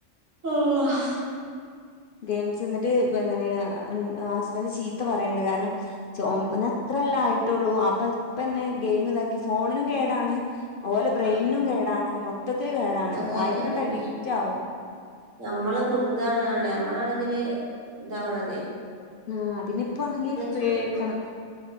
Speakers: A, on the right; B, on the left.
A: ഓ ഹ
B: ഗെയിംസ് ന്നിട്ട് ഇവതന്നെ ആ ഹസ്ബൻഡ് ചീത്ത പറയണ്ട് കാരണം ച
A: ആ
B: ന് അത്രല്ലെ ആയിടട്ടൊള്ളൂ അപ്പ ഇപ്പന്നെ ഗെയിം ഇതാക്കി ഫോണിനും കേടാണ് ഓലെ ബ്രെയിനിനും
A: ആ
B: കേടാണ് മൊത്തത്തില് കേടാണ്
A: അതെ
B: അതിനണ്ട്
A: അതന്നെ
B: അഡിക്റ്റ് ആവും
A: നമ്മള് പുള്താകാണ് നമ്മളാണ് ഇതില് ഇതാവണതെ
B: ആഹ് പിന്നെ ഇപ്പാണെങ്കി പേടിക്കണം
A: ചോദിക്കും